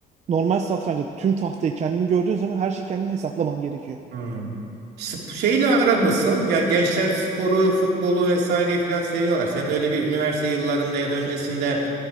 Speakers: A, on the right; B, on the right.
A: normal satrançta tüm tahtayı kendin gördüğün zaman her şeyi kendin hesaplaman gerekiyor.
B: Hmm. Sp- Şeyle aran nasıl? Yani gençler sporu, futbolu vesaireyi falan seviyorlar. Senin öyle bir üniversite yıllarında ya da öncesinde
A: Ta-